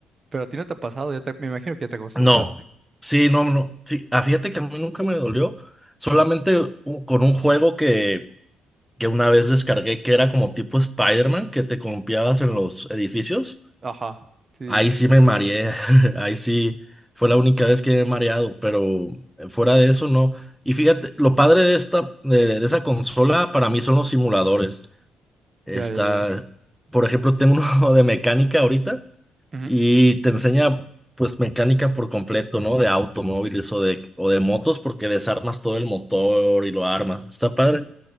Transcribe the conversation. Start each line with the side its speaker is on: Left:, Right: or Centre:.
Right: pero a ti no te ha pasado, ya te- me imagino que ya te acostumbraste.
Centre: No, sí, no, no. sí, ah, fíjate que a mí nunca me dolió. Solamente
Right: Ujú.
Centre: u- con un juego que, que una vez descargué que era como tipo Spider-Man, que te confiabas en los edificios.
Right: Ajá, sí,
Centre: Ahí
Right: sí,
Centre: sí me mareé. <laughs> Ahí sí fue la única vez que me he mareado, pero eh, fuera de eso no. Y fíjate, lo padre de esta, de, de esa consola para mí son los simuladores. Está,
Right: ya, ya, ya.
Centre: por ejemplo, tengo uno <laughs> de mecánica ahorita
Right: Ujú.
Centre: y te enseña pues mecánica por completo, ¿no? De automóviles o de, o de motos porque desarmas todo el motor y lo armas. Está padre.